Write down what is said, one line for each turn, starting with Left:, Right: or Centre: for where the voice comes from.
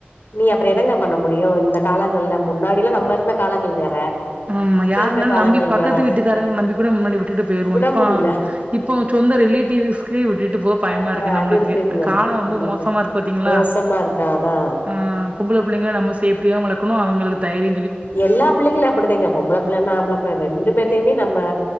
Left: நீ அப்பறம் என்னங்க பண்ண முடியு இந்த காலங்கள்ல முன்னாடி எல்லா நம்ம இருந்த காலங்கள் வேற
Right: ஆமா
Left: இப்ப
Right: யாருனாலு
Left: இருக்க காலங்கள்
Right: நம்பி பக்கத்து
Left: வேற
Right: வீட்டுக்காரங்க நம்பி கூட முன்னாடி விட்டுட்டு போயிருவோ
Left: விட
Right: இப்பா
Left: முடியல
Right: இப்போ சொந்த ரிலேட்டிவ்ஸ் லே விட்டுட்டு போக
Left: ஆ
Right: பயமா இருக்கு நம்ளுக்கு
Left: அது இருக்குங்க
Right: காலோ ரொம்ப
Left: நம்மளுக்கு
Right: மோசமா இருக்கு பாத்தீங்களா
Left: மோசமா இருக்கா அதா
Right: ஆ பொம்ப்ள பிள்ளைங்கள நம்ம சேப்டியாவு வளக்கணு அவங்களுக்கு தயிரி
Left: எல்லா பிள்ளைங்களு அப்டிதங்க பொம்பளப் இப்பலன்னஆம்பள பைவ இப்போ ரெண்டு பேத்தையுமே நம்ம